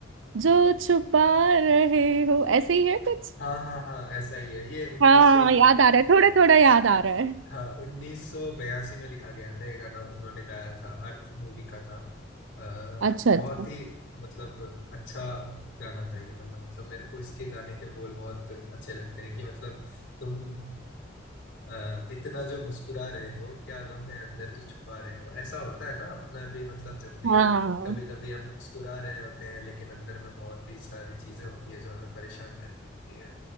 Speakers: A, on the right (about 80°); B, on the left (about 70°).
A: जो छुपा रहे हो ऐसे ही है कुछ
B: हाँ हाँ हाँ ऐसा ही है ये 1900
A: हाँ याद आ रहा है थोड़ा थोड़ा याद आ रहा है
B: हाँ 1982 में लिखा गया था ये गाना उन्होंने गाया था अर्थ मूवी का था अ,
A: अच्छा अच्छा
B: बहुत ही मतलब अच्छा गाना था ये वाला मतलब मेरे को इसके गाने के बोल बहुत अच्छे लगते हैं कि मतलब तुम हाँ इतना जो मुस्कुरा रहे हो क्या गम है अंदर जो छुपा रहे हो ऐसा होता है ना अपना भी मतलब जब भी
A: हाँ
B: कभी कभी हम मुस्कुरा रहे होते हैं लेकिन अंदर में बहुत ही सारी चीजें होती है जो हमें परेशान कर रही होती है